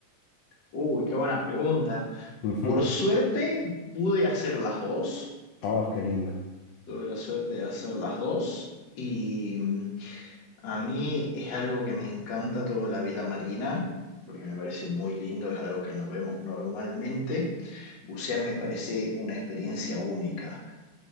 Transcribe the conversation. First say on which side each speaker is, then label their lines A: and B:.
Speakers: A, on the left; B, on the left.
A: Uy, qué buena pregunta.
B: Ujú.
A: Por suerte pude hacer las dos.
B: Oh, qué lindo.
A: Tuve la suerte de hacer las dos y mm, a mí es algo que me encanta toda la vida marina, porque me parece muy lindo, es algo que no vemos normalmente. Bucear me parece una experiencia única